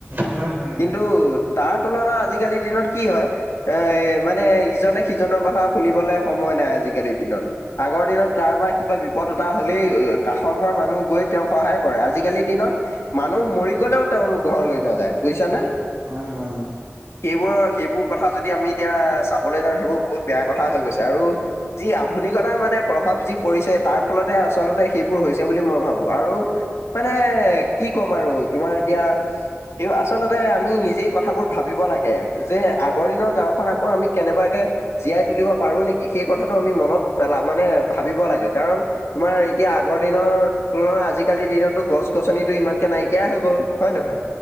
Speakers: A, on the right; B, on the left.
A: হয় হয়
B: কিন্তু
A: অ
B: তাৰ তুলনাত আজিকালিৰ দিনত কি হয়? এ মানে ইজনে সিজনৰ কথা শুনিবলে সময় নাই। আজিকালিৰ দিনত আগৰ দিনত কাৰোবাৰ কিবা বিপদ এটা হ'লেই কাষৰ ঘৰৰ মানুহ গৈ তেওঁক সহায় কৰে, আজিকালিৰ দিনত মানুহ মৰি গলেও তেওঁলোক ঘৰলৈ নাযায় বুজিছানে।
A: হয়-হয়। অ,
B: সেইবোৰৰ-সেইবোৰ কথা যদি আমি এতিয়া চাবলৈ যাওঁ সেইবোৰ বহুত বেয়া কথা হৈ গৈছে আৰু। যি আধুনিকতাৰ মানে প্ৰভাৱ যি পৰিছে তাৰ ফলতে আচলতে সেইবোৰ হৈছে বুলি মই ভাবো আৰু। মানে কি ক'ম আৰু তোমাৰ এতিয়া স আচল্ততে আমি নিজেই কথাবোৰ ভাবিব লাগে, যে আগৰ দিনৰ গাঁওখন আকৌ আমি কেনেবাকে জীয়াই তুলিব পাৰো নেকি সেই কথাটো আমি মনত পেলা মানে ভাবিব লাগে কাৰণ তোমাৰ এতিয়া আগৰ দিনৰ তুলনাত আজিকালিৰ দিনতো গছ-গছনিতটো ইমানকে নাইকিয়াই হৈ গ'ল। হয় নহয়?